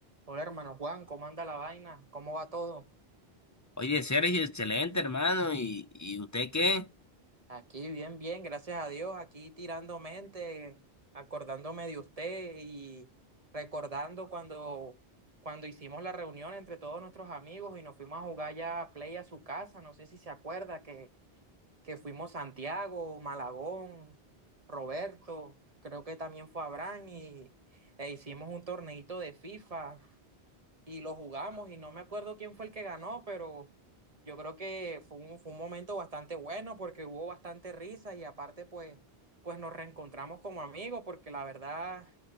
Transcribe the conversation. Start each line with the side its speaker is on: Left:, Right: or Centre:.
Right: Hola hermano Juan, ¿cómo anda la vaina? ¿Cómo va todo?
Left: Oye, Sergio, excelente, hermano. ¿Y, y usted qué?
Right: Aquí bien, bien, gracias a Dios, aquí tirando mente, acordándome de usted y recordando cuando, cuando hicimos la reunión entre todos nuestros amigos y nos fuimos a jugar ya a play a su casa, no sé si se acuerda que, que fuimos Santiago, Malagón, Roberto, creo que también fue Abraham y e hicimos un torneito de FIFA. y lo jugamos y no me acuerdo quién fue el que ganó, pero yo creo que fue un, fue un momento bastante bueno porque hubo bastante risa y aparte pues, pues nos reencontramos como amigos porque la verdad